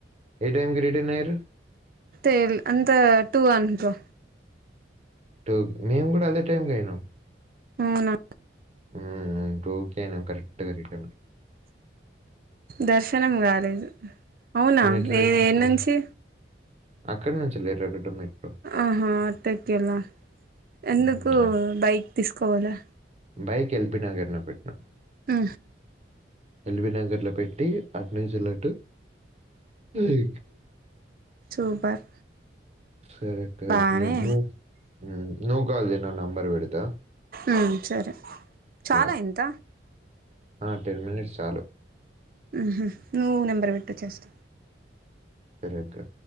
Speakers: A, on the right; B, on the right.
A: ఏ టైంకి రిటన్ అయ్యారు
B: ఏల్ అంతా టూ అనుకో
A: టూ మేమ్ కూడా అదే టైం కయినాం
B: అవునా
A: ఊమ్ టూకే నేం కరెక్టుగ రిటను
B: దర్శనం కాలేదు అవునా
A: మెట్రో
B: ఏ
A: ఎక్కి
B: ఏ ఏడ్నుంచి
A: హ్మ్. అక్కడి నుంచి ఎర్రగడ్డ మెట్రో.
B: ఆహా అటుకెళ్ళా ఎందుకు
A: హ్మ్. అక్
B: బైక్ తీస్కొపోలె
A: బైక్ ఎల్పి నగర్ నే పెట్నమ్
B: ఆ
A: ఎల్బ నగర్ లో పెట్టి అట్నించలట్ ఇ
B: సూపర్
A: సరే
B: బానే
A: <inaudible> నువ్ కాల్ చెయ్ నా నంబర్ పెడతా
B: ఉమ్ సరే చాలా
A: సరే.
B: ఇంత
A: ఆ! మినిట్స్ చాలు.
B: ఊహు నువ్ నెంబర్ పెట్టుచ్చస్ట్
A: కరెక్టా